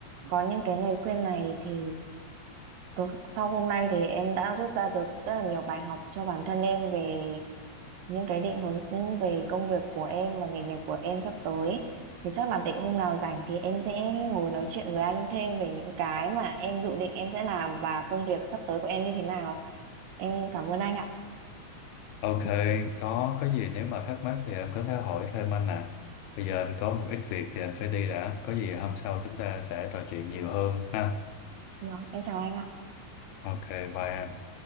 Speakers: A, on the right; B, on the left.
A: Có những cái lời khuyên này thì Tối, sau hôm nay thì em đã rút ra được rất là nhiều bài học cho bản thân em về những cái định hướng về công việc của em và nghề nghiệp của em sắp tới. Thì chắc là để hôm nào rảnh thì em sẽ ngồi nói chuyện với anh thêm về những cái mà em dự định em sẽ làm và công việc sắp tới của em như thế nào. Em cảm ơn anh ạ.
B: Ok, có có gì nếu mà thắc mắc thì em có thể hỏi thêm anh nè. Bây giờ anh có một ít việc thì anh phải đi đã. Có gì hôm sau chúng ta sẽ trò chuyện nhiều hơn ha.
A: Vâng, em chào anh ạ.
B: Ok, bye anh.